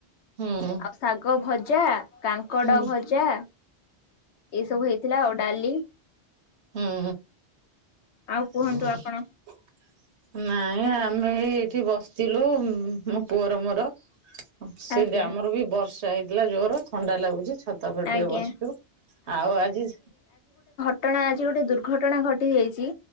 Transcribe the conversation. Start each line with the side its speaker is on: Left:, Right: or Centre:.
Right: ହୁଁ।
Left: ଆଉ ଶାଗ ଭଜା, କାଙ୍କଡ
Right: ହୁଁ
Left: ଭଜା, ଏଇସବୁ ହେଇଥିଲା ଆଉ ଡାଲି।
Right: ହୁଁ
Left: ଆଉ କୁହନ୍ତୁ
Right: ଭଲ। ନାଇଁ!
Left: ଆପଣ
Right: ଆମେ ଏଇ ଏଇଠି ବସିଥିଲୁ ମୋ ପୁଅର ମୋର। ସେମିତି
Left: ଆଜ୍ଞା
Right: ଆମର ବି ବର୍ଷା ହେଇଥିଲା ଜୋର ଥଣ୍ଡା ଲାଗୁଛି ଛତ ତା ପରେ
Left: ଆଜ୍ଞା
Right: ଟିକେ ବସଚୁ ଆଉ ଆଜି
Left: ଘଟଣା ଆଜି ଗୋଟେ ଦୁର୍ଘଟଣା ଘଟି ଯାଇଛି